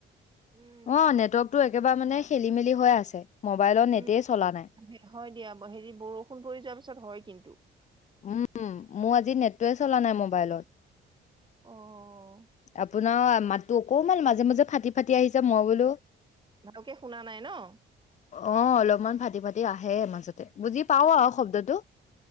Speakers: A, on the right (about 25°); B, on the left (about 40°).
A: উম
B: অ নেটৱৰ্কতটো একেবাৰে মানে খেলি মেলি হৈ আছে। মোবাইলৰ নেটেই
A: উম
B: চলা নাই।
A: হয় দিয়া হেৰি বৰষুণ পৰি যোৱাৰ পিছত পিছত হয় কিন্তু।
B: উম মোৰ আজি নেটটোৱে চলা নাই মোবাইলত।
A: অঁ।
B: আপ ন মাতো অকমান মাজে - মাজে ফাটি - ফাটি আহিছে মই বোলো,
A: ভালকে শুনা নাই ন
B: অ' অলপমান ফাটি- ফাটি এয়া আহে মাজতে। বুজি পাওঁ আও শব্দটো